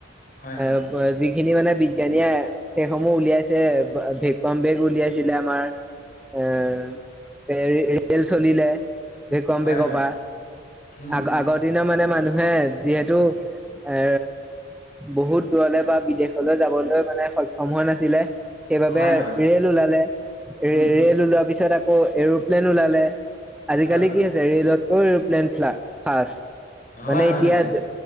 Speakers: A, on the left; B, in the centre.
A: হয় হয় হয়
B: অ'- যিখিনি মানে বিজ্ঞানীয়ে সেইসমূহ উলিয়াইছে, ভেকুৱাম বেগ উলিয়াই ছিলে আমাৰ, এ পেৰ- ৰেল চলিলে। ভেকুৱাম
A: হয়
B: বেগৰ
A: হয়
B: পৰা।
A: উম
B: আগ-
A: উম
B: আগৰ দিনৰ মানে মানুহে যিহেতু এ বহুত দূৰলৈ বা বিদেশলৈ যাবলৈ মানে সক্ষম হোৱা নাছিলে সেইবাবে
A: হয় হয়
B: ৰেল ওলালে। ৰে-
A: উম উম
B: ৰেল ওলোৱাৰ পিছত আকৌ এৰোপ্লেন ওলালে। আজিকালি
A: হয়
B: কি হৈছে, ৰেলতকৈ এৰোপ্লেন ফ্লা- ফাষ্ট।
A: হয়
B: মানে
A: হয়
B: এতিয়া
A: তাকে